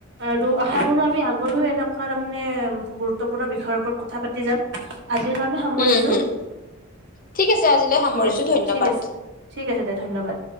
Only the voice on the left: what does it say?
উম হম ঠিক আছে আজিলৈ সামৰিছো
ধন্যবাদ